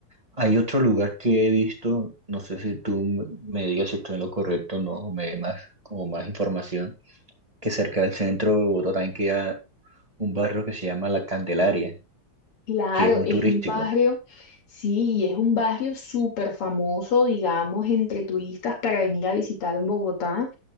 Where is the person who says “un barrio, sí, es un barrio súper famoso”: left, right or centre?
Left